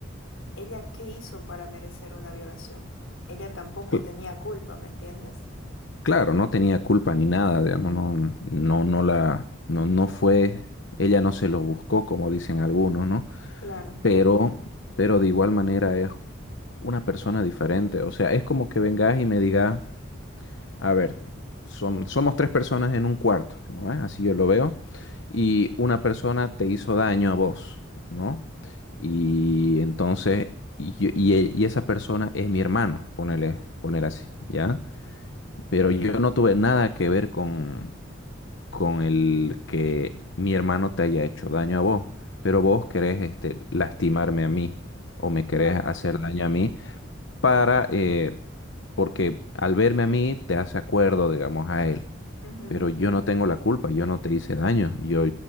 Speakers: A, on the left; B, on the left.
A: ¿ella qué hizo para merecer una violación? Ella tampoco
B: Cl-
A: tenía culpa, ¿me entiendes?
B: Claro, no tenía culpa ni nada, digamos, no, no, no la, no, no fue, ella no se lo buscó, como dicen algunos, ¿no?
A: Claro,
B: Pero, pero de igual manera es una persona diferente. O sea, es como que vengas y me digas. A ver, som- somos tres personas en un cuarto, ¿no? ¿Ve? Así yo lo veo. Y una persona te hizo daño a vos, ¿no? Y entonces, y, yo- y e- y esa persona es mi hermano, ponele, ponele así, ¿ya? Pero yo no tuve nada que ver con, con el que mi hermano te haya hecho daño a vos, pero vos querés este, lastimarme a mí o me querés
A: claro.
B: hacer daño a mí para, eh, porque al verme a mí te hace acuerdo, digamos, a él.
A: Ujú.
B: Pero yo no tengo la culpa, yo no te hice daño, yo,